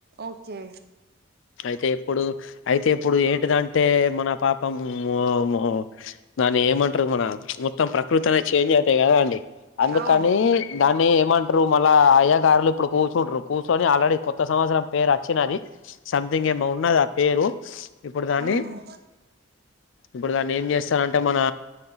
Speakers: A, on the right; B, on the left.
A: ఓకే
B: అయితే ఇప్పుడు అయితే ఇప్పుడు ఏంటిదంటే మన పాపం ఉ ఉ దాన్ని ఏమంటారు మన చుప్ మొత్తం ప్రకృతి అనే చేంజ్ అవుతాయి కదాండి అందుకని
A: అవును
B: దాన్ని ఏమంటారు మళ్ళా అయ్యా గారులు ఇప్పుడు కూర్చుంటరు కూర్చొని ఆల్రెడీ కొత్త సంవత్సరం పేరు అచ్చినది. సంథింగ్ ఏమో ఉన్నది ఆ పేరు ఇప్పుడు దాన్ని
A: ఊహూ
B: ఇప్పుడు దాన్ని ఏం చేస్తరంటే మన